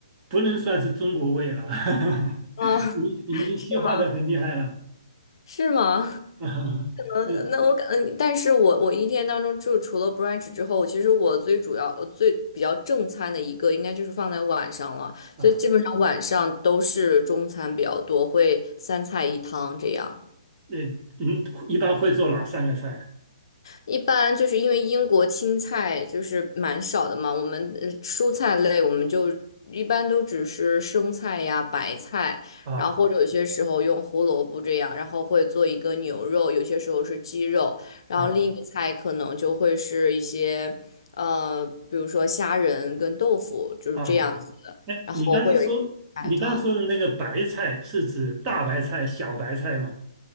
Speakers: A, on the right; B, on the left.
A: 不能算是中国味了，<laughs>
B: 啊，<laughs>
A: 你你已经西化的很厉害了
B: 是吗？<laughs> 是吗？
A: <laughs>
B: 嗯，
A: 你
B: 那我感，嗯但是我我一天当中就除了 brunch 之后，我其实我最主要呃最比较正餐的一个应该就是放在晚上了，
A: 啊，
B: 所以基本上晚上都是中餐比较多，会三菜一汤这样。
A: 那嗯，一般会做哪三个菜
B: 一般就是因为英国青菜就是蛮少的嘛，我们呃蔬菜类我们就一般都只是生菜呀、白菜，
A: 啊？
B: 然后或者有些时候用胡萝卜这样，然后会做一个牛肉，有些时候是鸡肉，然后另一个菜可能就会是一些呃，
A: 啊
B: 比如说虾仁跟豆腐就是这样子的，
A: 啊啊！哎，
B: 然后会有一个白汤，
A: 你刚才说你刚才说的那个白菜是指大白菜、小白菜吗？